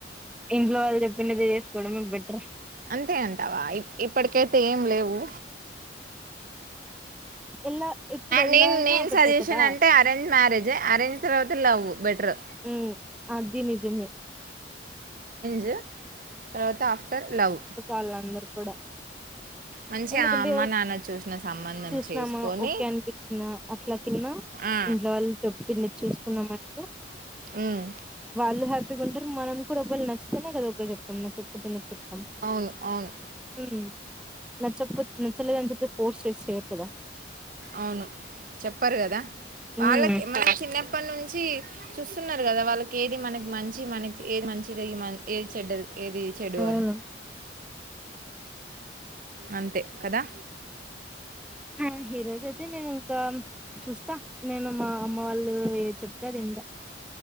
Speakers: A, in the centre; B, on the right.
A: ఇంట్లో వాళ్ళు చెప్పినది చేసుకోవడం బట్
B: అంతే అంటావా ఇ ఇప్పటికైతే ఏం లేవు
A: ఎలా ఇప్పుడు ఎలా
B: నే
A: అయినా
B: నేను
A: ఒకటే
B: సజెషన్
A: కదా
B: అంటే అరేంజ్ మ్యారేజ్ అరేంజ్ తర్వాత లవ్ బెటర్
A: మ్మ్ అది నిజమే
B: జ్ తర్వాత ఆఫ్టర్ లవ్
A: వాళ్ళందరు కూడా
B: మంచిగా
A: ఎందుకంటే
B: అమ్మ నాన్న చూసిన సంబంధం
A: చూసినామా
B: చేసుకొని
A: ఓకే అనిపిించందా అట్లా కిన్న
B: ఆ,
A: ఇంట్లో వాళ్ళుప్పు కి చూసుకున్నామ అంటే
B: ఉమ్,
A: వాళ్ళు హ్యాప్ టారు మనం కూడా ఒకవేళ నచ్చితేనే కదా ఒకే చెపుతాం నాచ్ ఒకే లే చెప్ మ్
B: అవును అవును
A: ఉమ్మ్ నచ్చకపో నా లేదని చెప్పి ఫోర్స్ చేసి చేయరుగాద
B: అవును చెప్పారు కదా
A: హ్మ్.
B: వాళ్ళకి మన చిన్న ఇప్పటి నుంచి చూస్తున్నారు కదా వాళ్ళకి ఏది మనకి మంచి మనకి ఏది మంచిది మ ఏది చెడ్డది ఏది చెడు
A: అవును
B: అని అంతే కదా
A: ఆ హీరోస్ అయితే నేను ఇంకా చూస్తా నేను మా అమ్మ వాళ్ళు చెప్తా దీంలో